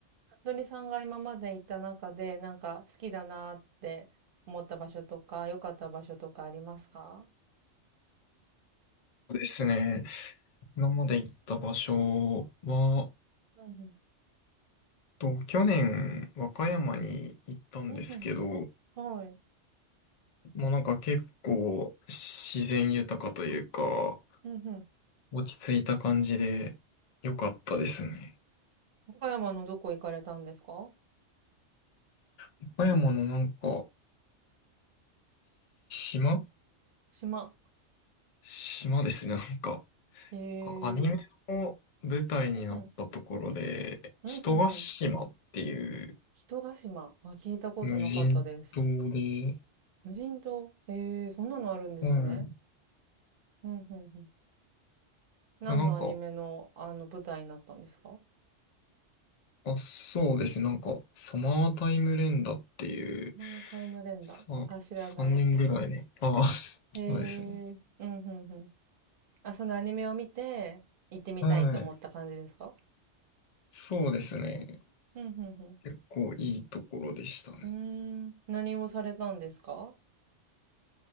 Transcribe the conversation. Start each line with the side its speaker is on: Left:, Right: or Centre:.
Right: 服部さんが今まで行った中で、なんか好きだなって思った場所とか、良かった場所とかありますか
Left: そうですね。今まで行った場所は、
Right: うんうん。
Left: と、去年、和歌山に行ったんですけど、
Right: うんうん。はい。
Left: まあなんか結構自然豊かというか、
Right: うんうん。
Left: 落ち着いた感じで良かったですね。
Right: 岡山のどこ行かれたんですか
Left: 和歌山のなんか、島
Right: 島。
Left: 島ですね。なんか、
Right: へ
Left: あアニメの舞台になったところで、
Right: え。うんうん。うんうんうん。
Left: 人が島っていう
Right: 人ヶ島。あ、聞いたことなかったです。
Left: 無人島で、
Right: 無人島。へえ、そんなのあるんですね。
Left: うん。
Right: うんうんうん。何のアニメの、
Left: なんか、
Right: あの、舞台になったんですか
Left: あ、そうですね。なんか、サマータイム連打っていう、
Right: まあ、タイムレンダー。
Left: さ、
Right: あ、知らない。
Left: 3年ぐらいね。ああ、<laughs> そうですね。
Right: へえ。うんうんうん。あ、そのアニメを見て、行ってみたいと思った感じですか
Left: はい。そうですね。
Right: うん、うん、
Left: 結構いいところでしたね。
Right: うん。うーん、何をされたんですか